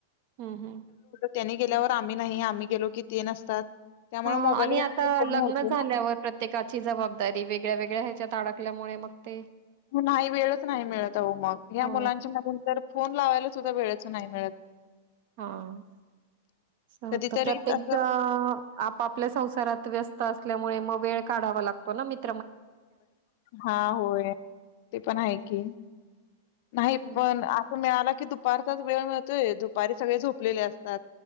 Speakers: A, on the right; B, on the left.
A: हम्म, हम्म.
B: त्यांनी गेल्यावर आम्ही नाही आम्ही गेलो की ते नसतात. त्यामुळे
A: हा
B: मोबाईलवर
A: आणि आता
B: बोलणं
A: लग्न
B: होते
A: झाल्यावर प्रत्येकाची जबाबदारी वेगळ्या वेगळ्या ह्या त अडकल्यामुळे मग ते
B: नाही वेळच नाही मिळतह अहो मग ह्या
A: हो
B: मुलांच्या मागून तर फोन लावायला सुद्धा वेळेच नाही मिळत. ‌
A: हा. तसं होत
B: कधीतरी
A: प्रत्येक
B: असं
A: आपापल्या संसारात व्यस्त असे मुळे मग वेळ काढावा लागतो ना मित
B: हा होय ते पण आहे की. नाही
A: हं.
B: पण असं मिळाला की दुपारचाच वेळ मिळतोय, दुपारी सगळे झोपलेले असतात.